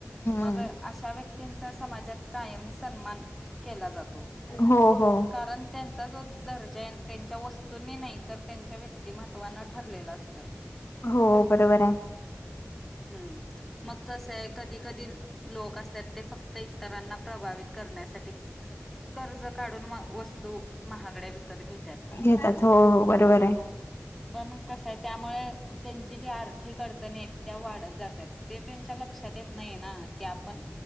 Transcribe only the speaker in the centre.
मग अशा व्यक्तींचा समाजात कायम सन्मान केला जातो
कारण त्यांचा जो दर्जा आहे त्यांच्या वस्तूंनी नाही तर त्यांच्या व्यक्तिमहत्त्वान ठरलेला असतंय
हम्म मग कसं आहे कधी कधी लोक असतात ते फक्त इतरांना प्रभावित ण्यासाठी कर्ज काढून वस्तू महागड्या विकत घेत
पण कस आहे त्यामुळे त्यांची जी आर्थिक अडचणी आहेत त्या वाढत जातात ते त्यांच्या लक्षात येत नाही ना की आपण